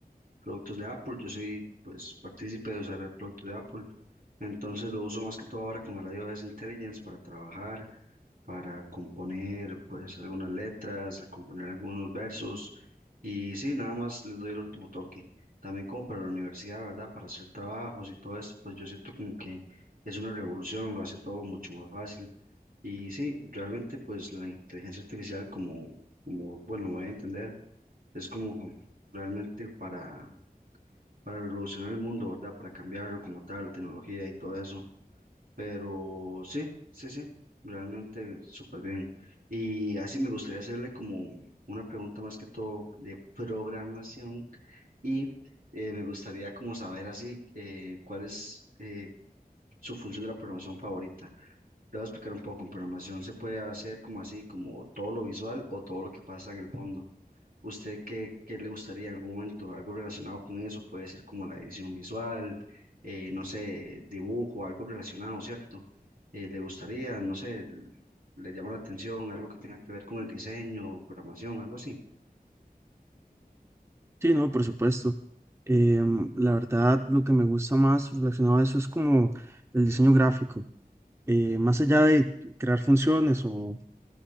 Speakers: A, on the right; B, on the right.
A: productos de Apple. Yo soy, pues, partícipe de usar productos de Apple. Entonces lo uso más que todo ahora con el iOS Intelligence para trabajar, para componer, pues, algunas letras, componer algunos versos. Y sí, nada más les doy el último toque. También como para la universidad, ¿verdad? Para hacer trabajos y todo esto, pues yo siento como que es una revolución, lo hace todo mucho más fácil. Y sí, realmente pues la inteligencia artificial como, como bueno, me voy a entender, es como realmente para para revolucionar el mundo, ¿verdad? Para cambiarlo como tal, la tecnología y todo eso. Pero sí, sí, sí, realmente súper bien. Y así me gustaría hacerle como una pregunta más que todo de programación y eh, me gustaría como saber así eh, cuál es eh, su función de la programación favorita. Le voy a explicar un poco, en programación se puede hacer como así, como todo lo visual o todo lo que pasa en el fondo. ¿Usted qué, qué le gustaría en algún momento? Algo relacionado con eso, puede ser como la edición visual, eh, no sé, dibujo, algo relacionado, ¿cierto? Eh, ¿le gustaría, no sé, le llama la atención algo que tenga que ver con el diseño, programación, algo así?
B: Sí, no, por supuesto. Em, la verdad, lo que me gusta más relacionado a eso es como el diseño gráfico. Eh, más allá de crear funciones o,